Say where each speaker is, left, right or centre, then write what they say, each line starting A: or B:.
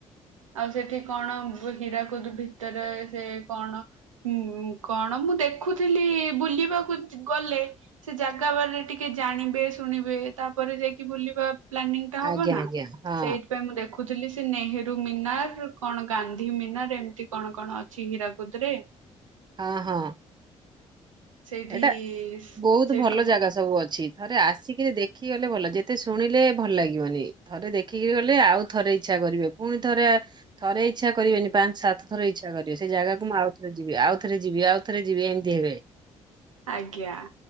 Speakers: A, on the right; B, on the right.
A: ଆଉ ସେଠି କଣ ବୁ- ହୀରାକୁ କୁଦୁ ଭିତରେ ସେ କଣ ଉମ୍ କଣ ମୁଁ ଦେଖୁଥିଲି ବୁଲିବାକୁ ଗଲେ ସେ ଜାଗା ବାରରେ ଟିକେ ଜାଣିବେ ଶୁଣିବେ ତାପରେ ଯାଇକି ବୁଲିବା ପ୍ଲାନିଂ ଟା ହବ
B: ଆଜ୍ଞା
A: ନା।
B: ଆଜ୍ଞା ହଁ
A: ସେଇଥିପାଇଁ ମୁଁ ଦେ ଦେଖୁଥିଲି ସେ ନେହେରୁ ମିନାର, କଣ ଗାନ୍ଧୀ ମିନାର, ଏମିତି କଣ କଣ ଅଛି ହୀରାକୁଦ ରେ।
B: ହଁ ହଁ।
A: ସେଇଠି
B: ଏଟା ବହୁତ
A: ସେଇଠୁ
B: ଭଲ ଜାଗା ସବୁ ଅଛି ଥରେ ଆସିକିରି ଦେଖି ଗଲେ ଭଲ ଯେତେ ଶୁଣିଲେ ଭଲ ଲାଗିବନି ଥରେ ଦେଖିକିରି ଗଲେ ଆଉ ଥରେ ଇଚ୍ଛା କରିବେ ପୁଣି ଥରେ ଥରେ ଇଚ୍ଛା କରିବେନି ପାଞ୍ଚ ସାତ ଥର ଇଚ୍ଛା କରିବେ ସେ ଜାଗାକୁ ମୁଁ ଆଉଥରେ ଯିବି ଆଉ ଥରେ ଯିବି ଆଉ ଥରେ ଯିବି ଏମିତି ହେବେ।
A: ଆଜ୍ଞା